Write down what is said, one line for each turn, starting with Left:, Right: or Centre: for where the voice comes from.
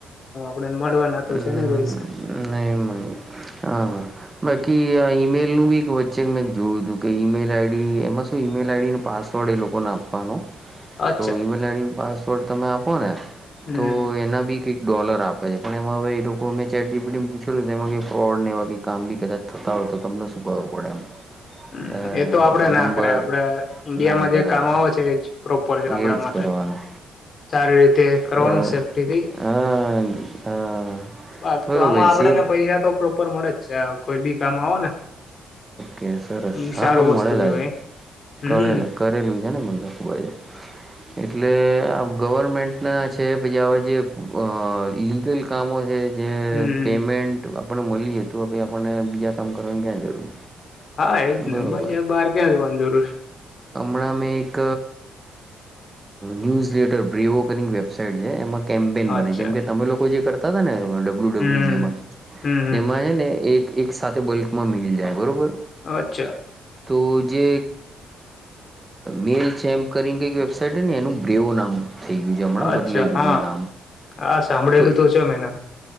Left: આપડને મળવા ના તો
Right: હમ
Left: છે ને પૈસા.
Right: નહી મળી હા હા બાકી આ ઈમેલ નું બી એક વચ્ચે મેં જોયું હતું કે ઈમેલ આઈડી એમાં શું ઈમેલ આઈડીને પાસવર્ડ એ લોકોને આપવાનો
Left: અચ્છા
Right: તો ઈમેલ આઈડી પાસવર્ડ તમે આપો ને
Left: હમ
Right: તો એના બી કઈક ડોલર આપે છે. અને એમાંવે ર લોકો મેં ચેટટીી પીટીને પૂછ્યુંું તેમાં કે રોડ એવા કામ બી કદાચ થતા હોય તો તમને શું કરરું પડે એમ. એટલે
Left: હમ એ તો આપડે ના
Right: નંબર
Left: કરે આપડ ઈન્ડિયામાં
Right: ના
Left: જે
Right: કરાય
Left: કામઓ છે એજ પ્રોપર છે
Right: એજ
Left: આપણા માટે
Right: કરવાનું
Left: સારી રીતે કરવાનું
Right: બરોબર
Left: સેફ્ટીથી
Right: હા હા
Left: બાકી
Right: બરોબર
Left: તો આમાં આપડે
Right: સેફ
Left: પૈસા તોોપ ઉપર મળે જ છે. કોઈ બી કામ આવો ને
Right: કે સરસ
Left: એ
Right: શા
Left: સારું
Right: મને
Left: વસ્તુ
Right: મળેલા
Left: કેવાય
Right: છે
Left: હમ
Right: કરેલા કરેલું છે ને મને લખું છે એટલે ગવર્મેન્ટના છે પછી હ જે અ લીગલ કામો છે જે
Left: હમ
Right: પેમેન્ટ આપને મળીએ હતું ભાઈ આપણને તયા કામ કરગ જરૂર
Left: હા એજ ને
Right: બરોબર
Left: બજા બહાર ક્યાં જ વાંધોરસ્
Right: હમણાં મેં એક ન્યૂઝ લેટર બિઓકનિંગ વેબસાાઈટ છે એમાં કેમ્પેન બને
Left: અચ્છા
Right: જેમ કે તમે લોકો જે કરતા ત ત ડબલ્યુબલુ
Left: હમ
Right: જેમાં
Left: હમ હમ
Right: એમાં છે ને એક એક સાથે બલ્કમાં મેળ જાય બરાબર
Left: અચ્છા
Right: તો જે મેલ ચેમ્પ કરીને કંઈક વેબસાાઈટ હ ને એનું ગ્રેવ નામ થઈ ગયું છે હમણાં
Left: અચ્છા
Right: બદલાઈ ગયું
Left: હા
Right: છે નામ
Left: હા સાંભળેલું
Right: તો
Left: તું છે મેને